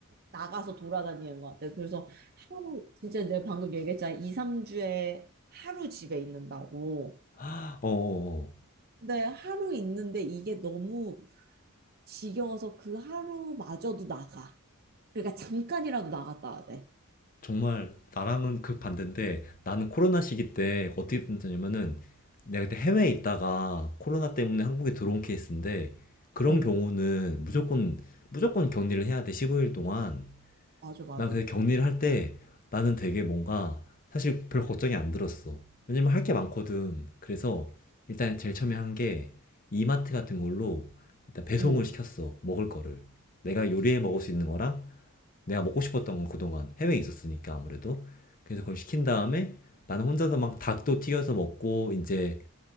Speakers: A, on the right; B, on the left.
A: 나가서 돌아다니는 것 같아. 그래서 하루, 진짜 내가 방금 얘기했잖아. 2, 3주에 하루 집에 있는다고.
B: 하, 어어어.
A: 근데 하루 있는데 이게 너무 지겨워서 그 하루마저도 나가. 그러니까 잠깐이라도 나갔다 와야 돼.
B: 정말 나랑은 극반대인데 나는 코로나 시기 때 어떻게 됐냐면은 내가 그때 해외에 있다가 코로나 때문에 한국에 들어온 케이스인데 그런
A: 어,
B: 경우는 무조건 무조건 격리를 해야 돼. 15일 동안.
A: 맞아, 맞아.
B: 난 근데 격리를 할 때 나는 되게 뭔가 사실 별 걱정이 안 들었어. 왜냐면 할게 많거든. 그래서 일단 제일 처음에 한 게 이마트 같은 걸로 일단 배송을
A: 응.
B: 시켰어. 먹을 거를. 내가 요리해 먹을 수 있는 거랑 내가 먹고 싶었던 건 그동안 해외에 있었으니까 아무래도. 그래서 그걸 시킨 다음에 나는 혼자서 막 닭도 튀겨서 먹고 이제